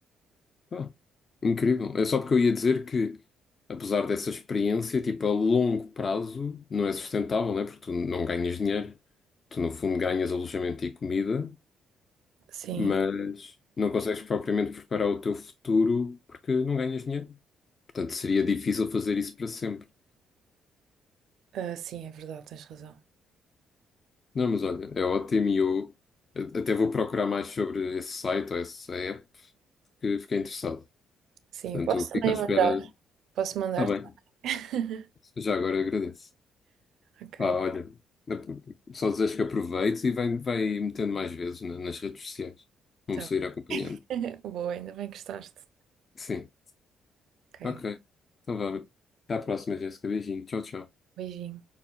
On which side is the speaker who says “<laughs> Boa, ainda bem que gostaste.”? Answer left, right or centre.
Right